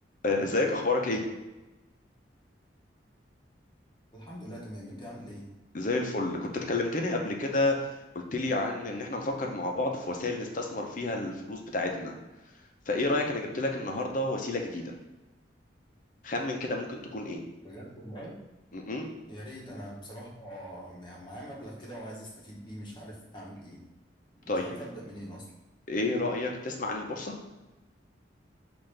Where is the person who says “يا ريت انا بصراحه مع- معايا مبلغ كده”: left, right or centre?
Left